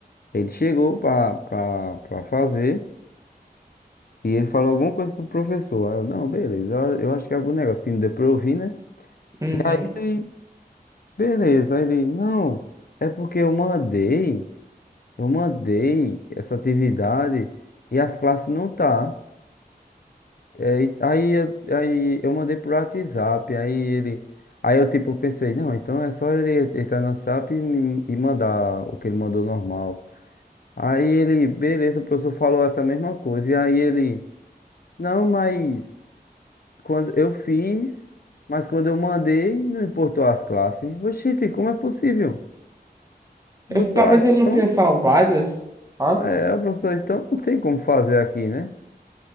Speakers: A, on the left; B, on the right.
A: Ele chegou pra, pra, pra fazer e ele falou alguma coisa pro professor. Aí eu, não, beleza, eu eu acho que é algum negócio que não deu pra eu ouvir, né?
B: Uhum.
A: Aí, ele, beleza, aí ele, não, é porque eu mandei, eu mandei essa atividade e as classes não tá. É, e- aí, eu- aí eu mandei pro WhatsApp, aí ele, aí eu tipo pensei, não, então é só ele entrar no WhatsApp e, me- e mandar o que ele mandou normal. Aí ele, beleza, o professor falou essa mesma coisa, e aí ele, não, mas quando eu fiz, mas quando eu mandei, não importou as classes. Oxi, como é possível?
B: Eu-
A: Professor,
B: Talvez
A: ah, então,
B: ele não tenha salvado. eu- Ó,
A: é, professor, então não tem como fazer aqui, né?